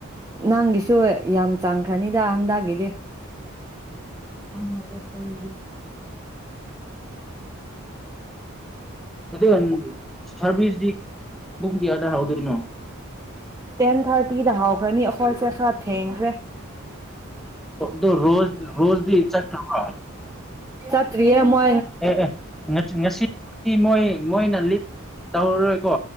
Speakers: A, on the right; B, in the centre.
A: ꯅꯪꯒꯤꯁꯨ ꯌꯥꯝ ꯆꯥꯡꯈ꯭ꯔꯅꯤꯗ ꯍꯟꯗꯒꯤꯗꯤ
B: ꯆꯥꯡꯉꯣꯏꯗ ꯑꯩꯈꯣꯏꯒꯤꯗꯤ ꯑꯗꯨ ꯁꯥꯔꯚꯤꯁꯇꯤ ꯄꯨꯡ ꯀꯌꯥꯗ ꯍꯥꯎꯗꯣꯏꯅꯣ
A: ꯇꯦꯟ ꯊꯥꯔꯇꯤꯗ ꯍꯧꯈ꯭ꯔꯅꯤ ꯑꯩꯈꯣꯏꯁꯦ ꯈꯔ ꯊꯦꯡꯈ꯭ꯔꯦ
B: ꯗꯣ ꯔꯣꯖ ꯔꯣꯖꯗꯤ ꯆꯥꯠꯈ꯭ꯔꯕ
A: ꯆꯇ꯭ꯔꯤꯌꯦ ꯃꯣꯢ
B: ꯑꯦ ꯑꯦ ꯉꯁꯤ ꯉꯁꯤꯗꯤ ꯃꯣꯏ ꯃꯣꯏꯅ ꯂꯤꯠ ꯇꯧꯔꯔꯣꯏꯀꯣ